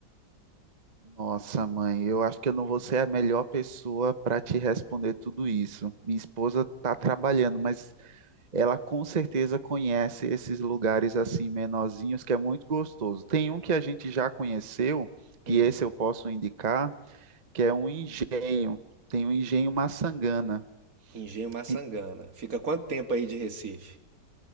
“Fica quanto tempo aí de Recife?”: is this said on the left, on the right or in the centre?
Right